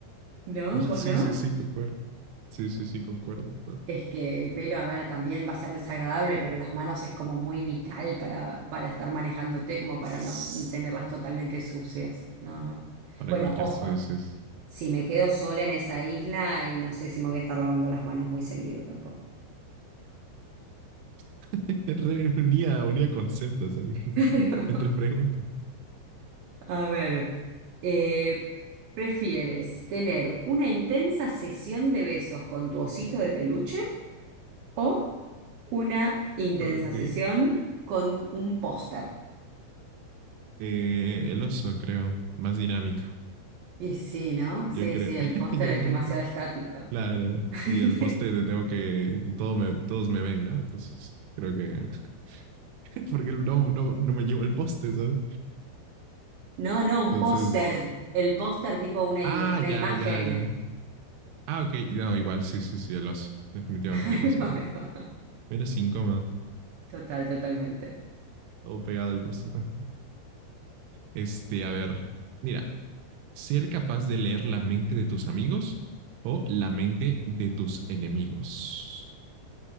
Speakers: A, on the right (about 70°); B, on the right (about 80°).
A: ¿no?
B: No,
A: ¿Vos
B: sí,
A: no?
B: sí, sí, concuerdo. Sí, sí, sí, concuerdo.
A: Es que el pelo, a ver, también va a ser desagradable, pero las manos es como muy vital para, para estar manejándote, como para
B: Sí,
A: no p- tenerlas totalmente sucias. No, no.
B: para
A: Bueno,
B: cualquier
A: ojo,
B: dices.
A: si me quedo sola en esa isla y no sé si me voy a estar lavando las manos muy seguido tampoco.
B: <laughs> Reunía, unía conceptos ahí, <laughs>
A: <laughs>
B: entre preguntas.
A: A ver, eh, ¿prefieres tener una intensa sesión de besos con tu osito de peluche o una intensa
B: Ok.
A: sesión con un póster?
B: Eh, el oso, creo, más dinámico.
A: Y sí, ¿no? Sí,
B: Yo creo,
A: sí,
B: <laughs>
A: el póster
B: yo
A: es
B: creo,
A: demasiado estático.
B: claro.
A: <laughs>
B: Y el poste de tengo que, todo me, todos me ven, ¿no? Entonces, creo que, <laughs> porque no, no, no me llevo el poste, ¿sabes?
A: No, no, un
B: Entonces,
A: póster. El póster tipo una,
B: ah,
A: i- una
B: ya,
A: imagen.
B: ya, ya. Ah, ok, no, igual, sí, sí, sí, el oso. Definitivamente
A: <laughs> Ahí
B: el oso
A: va,
B: igual.
A: ahí va.
B: Menos incómodo,
A: Total, totalmente.
B: todo pegado al poste, ¿no? Este, a ver, mira, ser capaz de leer la mente de tus amigos o la mente de tus enemigos.